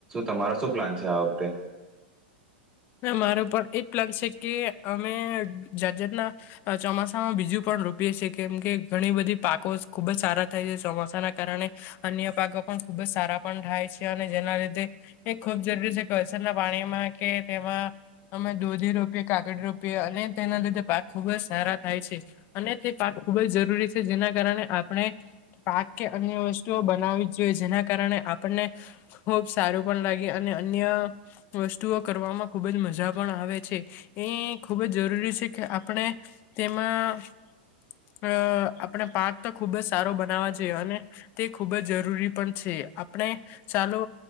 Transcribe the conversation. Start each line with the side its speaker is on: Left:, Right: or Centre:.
Right: તમારા શું પ્લાન છે, આ વખતે
Left: મારો પણ એજ પ્લાન છે, કે અમે જાત જાતના ચોમાસામાં બીજું પણ રૂપી કેમ કે ઘણી બધી પાકો ખુબજ સારા થાય છે, ચોસાના કારણે અન્ય પાકો પણ ખુબ જ સારા પણ થાય છે, અને જેના લીધે એ ખુબ જરૂરી છે, કસરના પાણીમાં કે એમાં અમે દોધી રોપીએ કાાગડી રોપીએ અને તેના લીધે પાક ખુબજ સારા થાય છે, અને તે પાક ખુબ જ જરૂરી છે, જેના કારણે આપણે પાક કે અન્ય વસ્તુઓ બનાવી જ જોઈએ, જેના કારણે આપને ખબ સારું પણ લાગે, અને અન્ય વસ્તુઓ કરવામાં ખૂબ જ મજા પણ આવે છે, એ ખૂબ જ જરૂરી છે, કે આપણે તેમાં હા. અ આપણે પાક તો ખુબજ સારો બનાવા જોઈએ અને તે ખુબજ જરૂરી પણ છે. આપણે ચાલો,